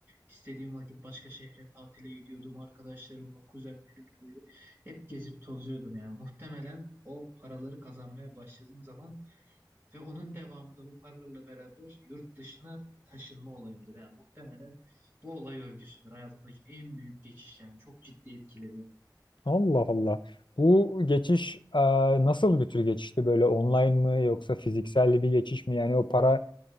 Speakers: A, on the right; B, on the left.
A: İstediğim vakit başka şehre tatile gidiyordum arkadaşlarımla, kuzenlerimle böyle. Hep gezip tozuyordum yani. Muhtemelen o paraları kazanmaya başladığım zaman ve onun devamında bu paralarla beraber yurt dışına taşınma olayımdır. Yani muhtemelen bu olay örgüsüdür. Hayatımdaki en büyük geçiş yani çok ciddi etkiledi.
B: Allah Allah. Bu geçiş e, nasıl bir tür geçişti? Böyle online mı yoksa fiziksel bir geçiş mi? Yani o para